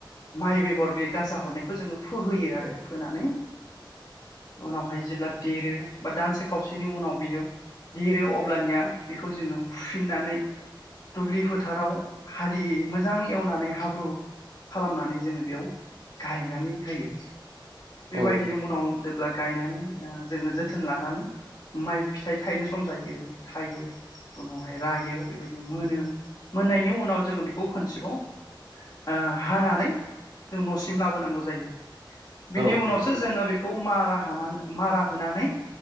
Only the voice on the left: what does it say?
माइ बेगर बे गाजा हरनायखौ जोङो फोहोयो आरो फोनानै, उनावहाय जेब्ला देरो बा दानसे खावसेनि उनाव बियो, दिरो अब्लानिया बेखौ जोङो फुफिननानै, दुब्लि फोथाराव हालि मोजां एवनानै हाब्रु खालामनानै जोंङो बेयाव गायनानै होयो बेबायदिनो
उनाव जेब्ला, गायनानै जोंङो जोथोन लानानै माइ फिथाइ थायनो सम जायो थायो। उनावहाय रायो बेबायदि मोनो मोननायनि उनाव जोंङो बेखौ खनसेबाव, ओ हानानै जों न'सिम लाबोनांगौ जायो बेनि
उनावसो
जोंङो बेख खौ मारा हानानै मारा होनानै